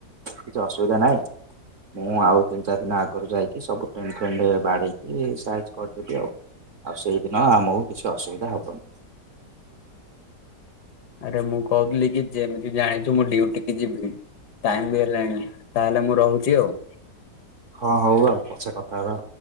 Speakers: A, on the right (about 45°); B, on the left (about 70°).
A: କିଛି ଅସୁବିଧା ନାହିଁ। ମୁଁ ଆଉ ତିନି ଚାରି ଦିନ ଆଗରୁ ଯାଇକି ସବୁେ ଫେଣ୍ଡ ବାଡେଇକି ସାଇଜ। କରିଦେବି ଆଉ ଆଉ ସେଇଦିନ ଆମକୁ କିଛି ଅସୁବିଧା ହବନି।
B: ଆରେ ମୁଁ କହୁଥିଲି କି ଯେମିତି ଜାଣିଛୁ ମୁଁ ଡଡିୁଟି କି ଯିବି। ଟାଇମ ବି ହେଲାଣି ତାହେଲେ ମୁଁ ରହୁଛି ଆଉ।
A: ହଁ ହଉ ଆଉ ପଛେ କଥା ହବା।